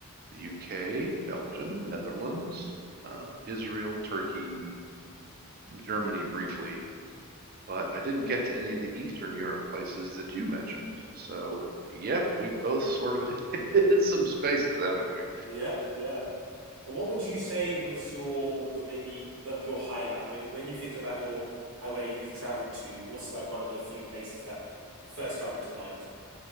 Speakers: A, on the right; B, on the right.
A: the UK, Belgium, Netherlands, uh, Israel, Turkey, Germany briefly. But I didn't get to any of the Eastern Europe places that you mentioned. So, yep, we've both sort of <laughs> hit some spaces, haven't we?
B: Yep. Yeah. What would you say was your your maybe the, your highlight when you when you think about your how where you've traveled to? What's like one of the few places that first come into mind?